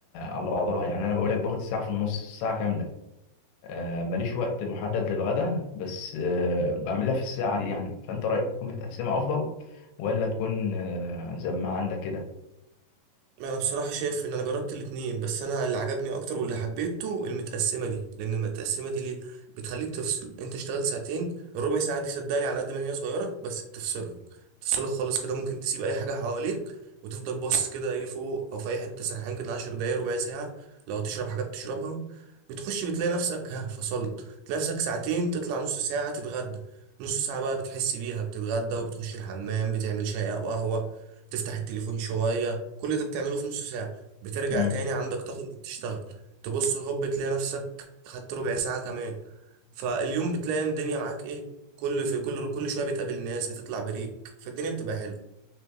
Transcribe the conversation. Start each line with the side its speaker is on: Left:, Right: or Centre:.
Left: على بعضها يعني انا بقول لك باخد الساعه في النص ساعه كامله آه ماليش وقت محدد للغدا بس آه بعملها في الساعه دي يعني فانت رايك تكون متقسمه افضل ولا تكون آه زي ما عندك كده
Right: انا بصراحه شايف ان انا جربت الاتنين بس انا اللي عجبني اكتر واللي حبيته المتقسمه دي لان المتقسمه دي ليه بتخليك تفصل انت اشتغلت ساعتين الربع ساعه دي صدقني على قد ما هي صغيره بس بتفصلك بتفصلك خالص كده ممكن تسيب اي حاجه حواليك وتفضل باصص كده ايه فوق او في اي حته سرحان كده 10 دقايق ربع ساعه لو تشرب حاجه بتشربها بتخش بتلاقي نفسك ها فصلت تلاقي نفسك ساعتين تطلع نص ساعه تتغدى نص ساعه بقى بتحس بيها بتتغدى وبتخش الحمام بتعمل شاي او قهوه تفتح التليفون شويه كل ده بتعمله في نص ساعة بترجع
Left: امم
Right: تاني عندك طاقة انك تشتغل تبص هوب تلاقي نفسك خدت ربع ساعة كمان فاليوم بتلاقي الدنيا معاك ايه كل في كل كل شوية بتقابل ناس بتطلع بريك فالدنيا بتبقى حلوة